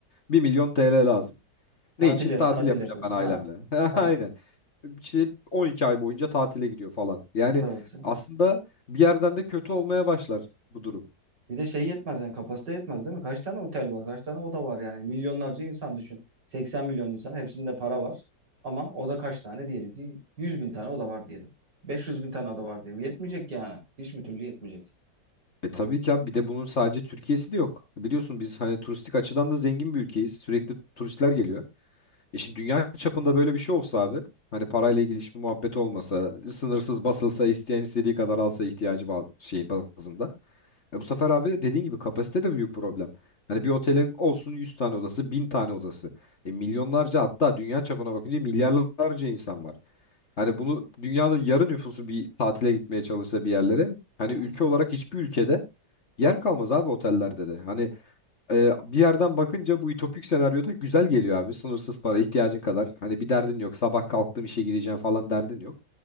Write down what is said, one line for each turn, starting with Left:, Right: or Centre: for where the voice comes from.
Left: bir milyon TL lazım.
Right: Tatil,
Left: Ne için? Tatil
Right: tatil
Left: yapacağım
Right: yapacağım.
Left: ben ailemle.
Right: Ha.
Left: <laughs>
Right: Tamam.
Left: Aynen. İşte 12 ay boyunca tatile gidiyor falan. Yani
Right: Evet.
Left: aslında bir yerden de kötü olmaya başlar bu durum.
Right: Bir de şey yetmez yani kapasite yetmez değil mi? Kaç tane otel var? Kaç tane oda var yani? Milyonlarca insan düşün. 80 milyon insan hepsinde para var. Ama oda kaç tane diyelim ki 100 bin tane oda var diyelim. 500 bin tane oda var diyelim. Yetmeyecek yani. Hiçbir türlü yetmeyecek.
Left: E tabii ki abi bir de bunun sadece Türkiye'si de yok. Biliyorsun biz hani turistik açıdan da zengin bir ülkeyiz. Sürekli turistler geliyor. E şimdi dünya çapında böyle bir şey olsa abi. Hani parayla ilgili hiçbir muhabbet olmasa, sınırsız basılsa, isteyen istediği kadar alsa ihtiyacı ba- şey bazında. E bu sefer abi dediğin gibi kapasite de büyük problem. Hani bir otelin olsun 100 tane odası, 1000 tane odası. E milyonlarca hatta dünya çapına bakınca milyarlarca insan var. Hani bunu dünyanın yarı nüfusu bir tatile gitmeye çalışsa bir yerlere. Hani
Right: Hı hı.
Left: ülke olarak hiçbir ülkede yer kalmaz abi otellerde de. Hani e, bir yerden bakınca bu ütopik senaryoda güzel geliyor abi. Sınırsız para ihtiyacın kadar. Hani bir derdin yok. Sabah kalktım işe gideceğim falan derdin yok.